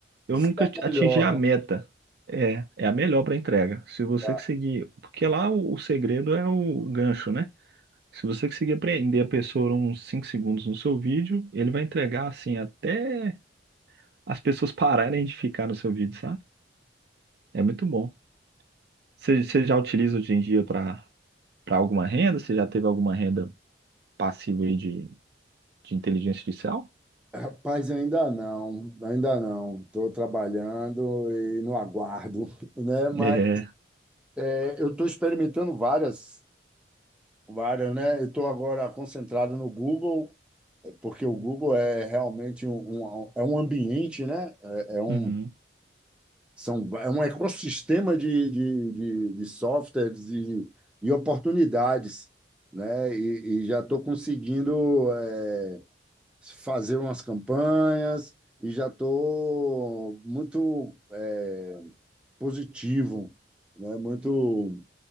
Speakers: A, on the right; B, in the centre.
A: eu
B: Diz
A: nunca
B: que é a
A: atingi
B: melhor,
A: a
B: né?
A: meta. É, é a melhor para entrega. Se você
B: É.
A: seguir, porque lá o, o segredo é o gancho, né? Se você conseguir prender a pessoa uns 5 segundos no seu vídeo, ele vai entregar assim até as pessoas <laughs> pararem de ficar no seu vídeo, sabe? É muito bom. Você você já utiliza hoje em dia para para alguma renda? Você já teve alguma renda passiva aí de, de inteligência artificial?
B: Rapaz, ainda não, ainda não. Estou trabalhando e no aguardo, <laughs> né? Mas
A: É,
B: é, eu estou experimentando várias, várias, né? Eu estou agora concentrado no Google, é, porque o Google é realmente um, um- um, é um ambiente, né? É, é um,
A: uhum.
B: são, é um ecossistema de, de, de, de softwares e, e oportunidades, né? E, e já estou conseguindo. é, fazer umas campanhas e já estou muito eh, positivo, né? Muito,